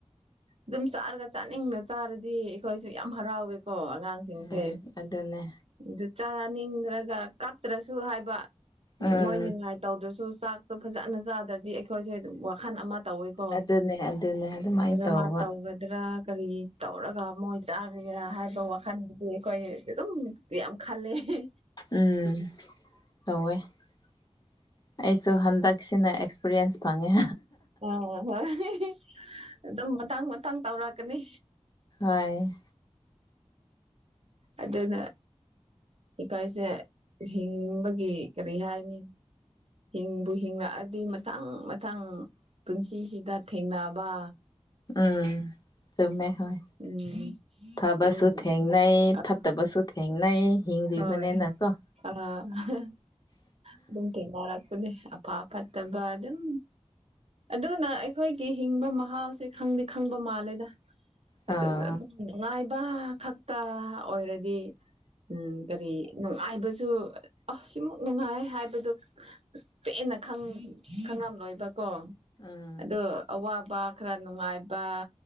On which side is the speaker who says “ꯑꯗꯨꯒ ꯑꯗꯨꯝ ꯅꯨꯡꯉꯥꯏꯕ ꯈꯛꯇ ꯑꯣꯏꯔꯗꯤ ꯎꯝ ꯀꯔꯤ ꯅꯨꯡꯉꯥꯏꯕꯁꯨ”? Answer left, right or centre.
Right